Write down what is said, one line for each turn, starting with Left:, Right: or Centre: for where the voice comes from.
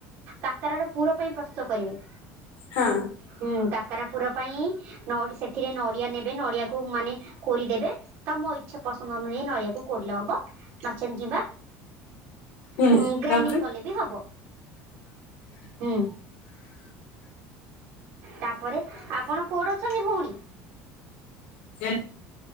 Right: କାକର ର ପୁର ପାଇଁ ପ୍ରସ୍ତୁତ କରିବେ।
Left: ହଁ
Right: ହୁଁ କାକାରା ପୁର ପାଇଁ ନ ସେଥିରେ ନଡ଼ିଆ ନେବ ନଡ଼ିଆ କୁ ମାନେ କୋରିଦେବେ ତ ମୋ ଇଚ୍ଛା ପସନ୍ଦ ଅନୁଯାୟୀ ନଡ଼ିଆକୁ କୋରିଲେ ହବ ନଚନ ଯିବା
Left: ହୁଁ
Right: ହଁ ଗ୍ରାଇଣ୍ଡିଙ୍ଗ
Left: ତାପରେ
Right: କଲେ ବି ହବ ହୁଁ ତାପରେ ଆପଣ କୋଉଁଠି ଅଛନ୍ତି ଭଉଣୀ
Left: ସେ